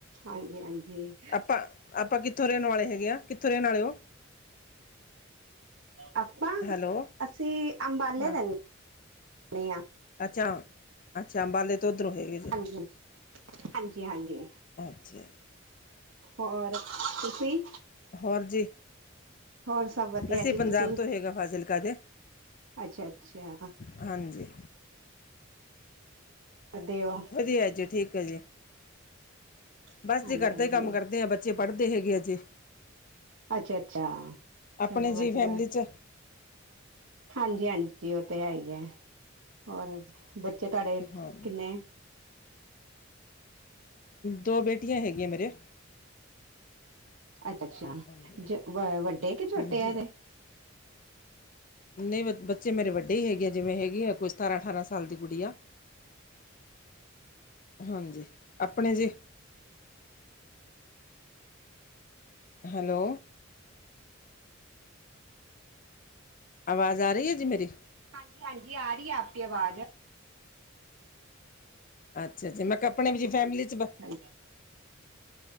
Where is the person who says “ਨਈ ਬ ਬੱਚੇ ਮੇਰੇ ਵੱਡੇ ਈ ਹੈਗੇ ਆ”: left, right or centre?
Left